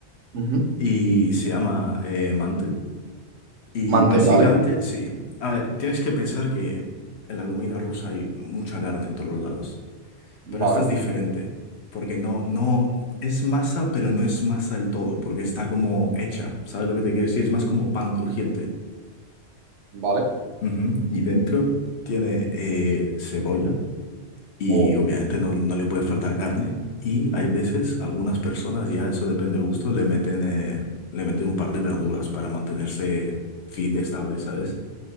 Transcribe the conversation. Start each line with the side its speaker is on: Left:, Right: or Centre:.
Right: Ujú.
Left: y se llama eh, Mante. Y
Right: Mante,
Left: básicamente,
Right: ¿vale?
Left: sí. A ver, tienes que pensar que en la comida rusa hay mucha carne en todos los lados.
Right: Vale,
Left: Pero esta es diferente. Porque no, no, es masa, pero no es masa del todo, porque está como hecha. ¿Sabes lo que te quiero decir? Es más como pan crujiente.
Right: vale.
Left: Ujú. Y dentro tiene eh, cebolla y
Right: Oh,
Left: obviamente no, no le puede faltar carne. Y hay veces, algunas personas, ya eso depende del gusto, le meten, eh, le meten un par de verduras para mantenerse fit, estable, ¿sabes?